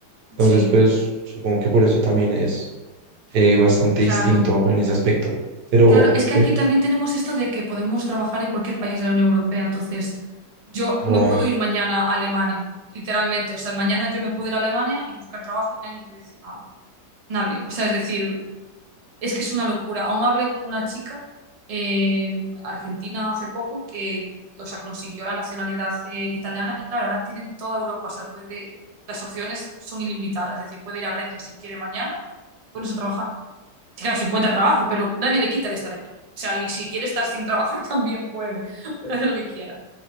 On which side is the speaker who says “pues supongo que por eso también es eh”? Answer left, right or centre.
Right